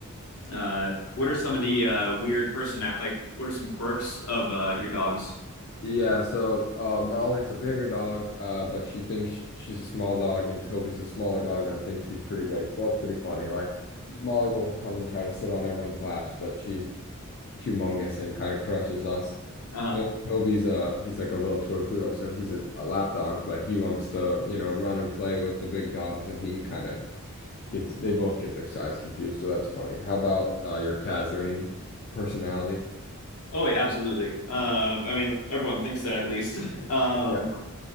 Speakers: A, on the left; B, on the left.
A: Uh, what are some of the uh, weird personality? like? What are some quirks of uh, your dogs?
B: Yeah, so uh, Molly's a bigger dog, uh, but she thinks sh- she's a small dog, and Toby's a smaller dog that thinks he's pretty big. So that's pretty funny. Like
A: Mhm.
B: Molly will come and try to sit on everyone's laps, but she's humongous and kind of crushes us.
A: Uh-huh.
B: And Toby's uh he's like a little toy poodle, so he's a, a lap dog, but he wants to, you know, run and play with the big dogs, and he kind of gets they both get their size confused. So that's funny. How about uh, your cat? Is there any personality?
A: Oh, yeah, absolutely. Uh, I mean, everyone thinks that at least. <laughs> Um,
B: Yeah,